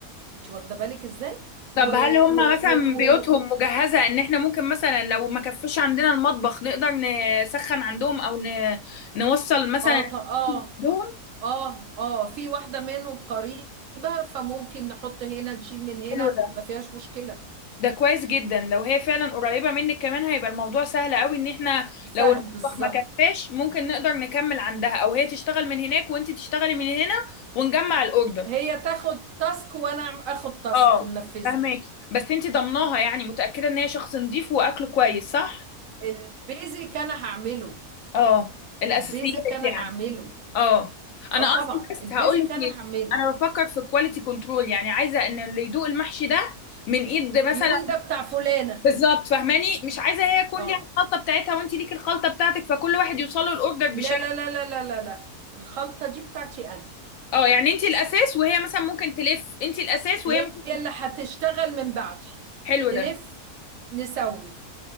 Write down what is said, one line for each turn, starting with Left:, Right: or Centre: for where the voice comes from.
Right: انت واخده بالك ازاي
Left: طب
Right: و
Left: هل هم
Right: و
Left: مثلا
Right: و, و...
Left: بيوتهم مجهزة ان احنا ممكن مثلا لو ما كفش عندنا المطبخ نقدر نسخن عندهم او ن... نوصل مثلا
Right: اه ط- اه
Left: عندهم
Right: اه اه في واحده منهم قريبه فممكن نحط هنا نشيل من هنا
Left: حلو ده
Right: ما فيهاش مشكله
Left: ده كويس جدا لو هي فعلا قريبة منك كمان هيبقى الموضوع سهل قوي ان احنا
Right: سهل
Left: لو المطبخ
Right: بالظبط
Left: ما كفاش ممكن نقدر نكمل عندها او هي تشتغل من هناك وانت تشتغلي من هنا ونجمع الاوردر
Right: هي تاخد تاسك وانا أعم- اخد تاسك
Left: اه
Right: ننفذه
Left: فهماكي بس انت ضمناها يعني متأكدة ان هي شخص نظيف واكله كويس صح؟
Right: البيزك انا هعمله
Left: اه الاساسيات
Right: البيزك انا
Left: يعني
Right: هعمله
Left: اه انا
Right: اه طبعا
Left: قصدي بس
Right: البيزك
Left: هقول لك
Right: انا
Left: ليه
Right: هعمله
Left: انا بفكر في كواليتي كنترول يعني عايزه ان اللي يدوق المحشي ده من ايد مثلا
Right: يقول ده بتاع فلانه
Left: بالظبط فاهماني مش عايزه هي يكون
Right: اه
Left: ليها الخلطه بتاعتها وانت ليكي الخلطه بتاعتك فكل واحد يوصله الاوردر بشكل
Right: لا لا لا لا لا لا لا الخلطه دي بتاعتي انا
Left: اه يعني انت الاساس وهي مثلا ممكن تلف انت الاساس وهي
Right: هي
Left: ممكن
Right: اللي هتشتغل من بعدي
Left: حلو
Right: تلف
Left: ده
Right: نسوي